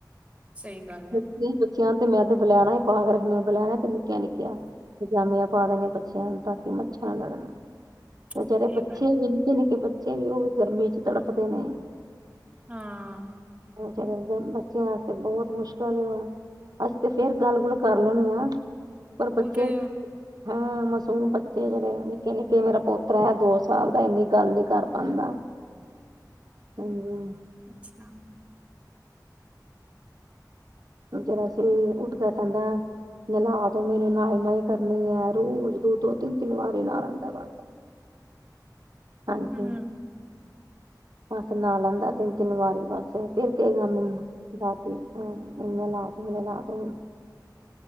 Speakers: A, on the right (about 15°); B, on the right (about 60°).
A: ਸਹੀ ਗੱਲ ਹੈ
B: ਕਿਉਂਕਿ ਬੱਚਿਆਂ ਤੇ ਮੈਂ ਤੇ ਬੁਲੈਣਾ ਹੀ ਪਾ ਕੇ ਰੱਖਣੀਆ ਬਲੈਣਾ ਤੇ ਨਿੱਕੀਆ-ਨਿੱਕੀਆਂ, ਪਜਾਮੀਆਂ ਪਾ ਦੇਣੀਆ ਬੱਚਿਆਂ ਨੂੰ ਤਾਂ ਕਿ ਮੱਛਰ ਨਾ ਲੜਨ। ਓ ਜੜੇ,
A: ਸਹੀ
B: ਬ!
A: ਗੱਲ
B: ਛੇ ਹੋ
A: ਹੈ
B: ਨਿੱਕੇ ਨਿੱਕੇ ਬੱਚੇ ਬੱਚੇ ਵੀ ਉਹ ਵੀ ਗਰਮੀ ਚ ਤੜਫਦੇ ਨੇ।
A: ਹਾਂ
B: ਬੱਚਿਆਂ ਵਾਸਤੇ ਬਹੁਤ ਮੁਸ਼ਕਿਲ ਅੱਸੀਂ ਤੇ ਫੇਰ ਗੱਲ ਗੁੱਲ ਕਰ ਲੈਣੇ ਆ। ਪਰ ਬੱਚੇ
A: ਉਹ ਤੇ
B: ਹਾਂ ਮਾਸੂਮ ਬੱਚੇ ਜਿਹੜੇ ਨਿੱਕੇ-ਨਿੱਕੇ ਮੇਰਾ ਪੋਤਰਾ ਆ ਦੋਸਤ ਸਾਲ ਦਾ ਇੰਨੀ ਗੱਲ ਨੀ ਕਰ ਪਾਉਂਦਾ ਹਾਂਜੀ
A: ਅੱਛਾ
B: ਜਰਾ ਸੀਂ ਉੱਠਦਾ ਕਹਿੰਦਾ ਨਾਹਲਾ ਦੋ ਮੈਨੂੰ ਨਾਈ- ਨਾਈ ਕਰਨੀ ਹੈ ਰੋਜ਼ ਦੋ -ਦੋ ਤਿੰਨ- ਤਿੰਨ ਵਾਰੀ ਨਾਹ ਲੈਂਦਾ ਬਸ ਹਾਂਜੀ
A: ਹਮ
B: ਬੱਸ ਨਹਾ ਲੈਂਦਾ ਤਿੰਨ ਤਿੰਨ ਵਾਰੀ ਬਸ ਫਿਰ ਕਹੇਗਾ ਮੈਨੂੰ ਦਾਦੀ ਨੇਹਲਾ ਦੇ ਨੇਹਲਾ ਦੇ